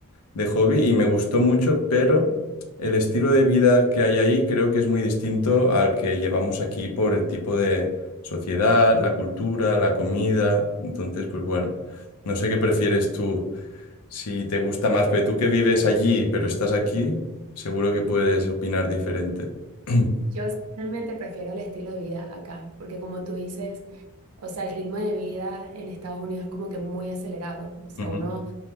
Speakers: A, on the left (about 85°); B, on the right (about 75°).
A: de hobby y me gustó mucho, pero el estilo de vida que hay ahí creo que es muy distinto al que llevamos aquí por el tipo de sociedad, la cultura, la comida. Entonces, pues bueno, no sé qué prefieres tú, si te gusta más, pero tú que vives allí, pero estás aquí, seguro que puedes opinar diferente. <clears throat>
B: Yo realmente prefiero el estilo de vida acá, porque como tú dices, o sea, el ritmo de vida en Estados Unidos es como que muy acelerado, o sea,
A: Ujú.
B: uno